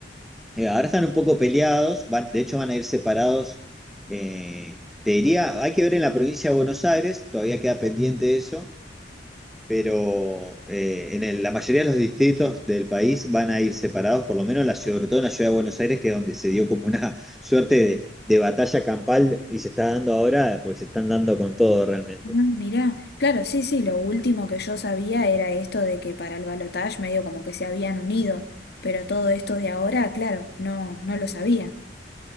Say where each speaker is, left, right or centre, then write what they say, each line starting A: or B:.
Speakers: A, in the centre; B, on the left.
A: Eh, ahora están un poco peleados, van- de hecho van a ir separados. eh, te diría, hay que ver en la provincia de Buenos Aires, todavía queda pendiente eso, pero eh, en el- la mayoría de los distritos del país van a ir separados, por lo menos en la, ciudad- sobre todo en la ciudad de Buenos Aires, que es donde se dio como una <laughs> suerte de, de batalla campal y se está dando ahora, porque se están dando con todo realmente.
B: Ah, mirá, claro, sí, sí, lo último que yo sabía era esto de que para el balotaje medio como que se habían unido, pero todo esto de ahora, claro, no, no lo sabía.